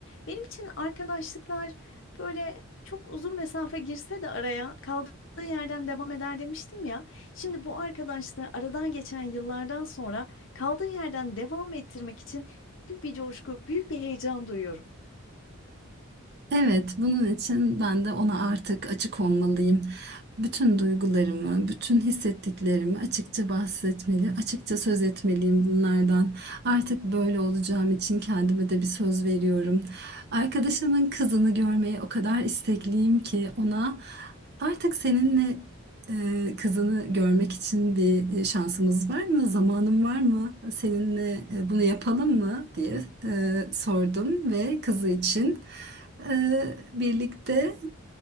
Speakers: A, on the left; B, on the right.
A: Benim için arkadaşlıklar böyle çok uzun mesafe girse de araya kaldığı yerden devam eder demiştim ya. Şimdi bu arkadaşlığı aradan geçen yıllardan sonra kaldığı yerden devam ettirmek için büyük bir coşku, büyük bir heyecan duyuyorum.
B: Evet, bunun için ben de ona artık açık olmalıyım. Bütün duygularımı, bütün hissettiklerimi açıkça bahsetmeli, açıkça söz etmeliyim bunlardan. Artık böyle olacağım için kendime de bir söz veriyorum. Arkadaşımın kızını görmeye o kadar istekliyim ki ona artık seninle e, kızını görmek için bir e, şansımız var mı? Zamanın var mı? Seninle e, bunu yapalım mı diye e, sordum ve kızı için e, birlikte